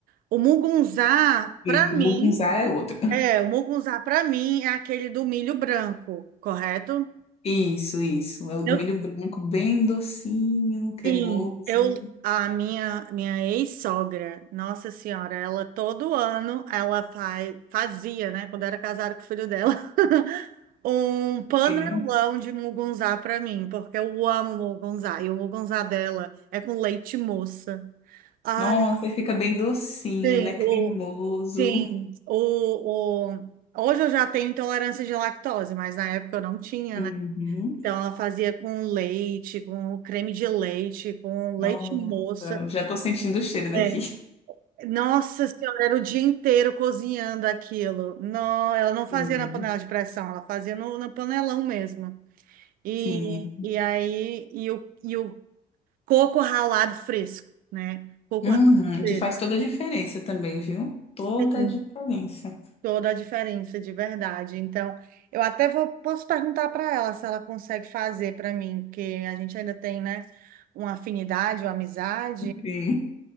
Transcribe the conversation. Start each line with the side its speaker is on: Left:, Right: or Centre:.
Right: O mugunzá,
Left: Isso,
Right: para mim,
Left: mugunzá é outro.
Right: É, o mugunzá para mim é aquele do milho branco, correto?
Left: Isso, isso. É o do
Right: Eu
Left: milho branco, bem docinho, cremoso.
Right: sim, eu a minha minha ex-sogra, Nossa Senhora, ela todo ano ela faz, fazia, né, quando era casada com o filho dela, <laughs> um panelão
Left: Sim.
Right: de mugunzá para mim, porque eu amo mugunzá e o mugunzá dela é com leite moça. Ah,
Left: Nossa, ele fica bem docinho,
Right: tem
Left: né? Cremoso.
Right: o tem o, o Hoje eu já tenho intolerância de lactose, mas na época eu não tinha,
Left: Uhum.
Right: né? Então, ela fazia com leite, com creme de leite, com leite
Left: Nossa,
Right: moça.
Left: já tô sentindo o cheiro daqui.
Right: É. Nossa senhora, era o dia inteiro cozinhando aquilo. Não, ela não fazia
Left: Sim.
Right: na panela de pressão, ela fazia no, no panelão mesmo. E,
Left: Sim.
Right: e aí, e o, e o coco ralado fresco, né? Coco
Left: Uhum.
Right: ralado fresco.
Left: Que faz toda a diferença também, viu? Toda
Right: Sim,
Left: a diferença.
Right: toda a diferença, de verdade. Então, eu até vou, posso perguntar para ela se ela consegue fazer para mim, porque a gente ainda tem, né? uma afinidade, uma amizade,
Left: Sim.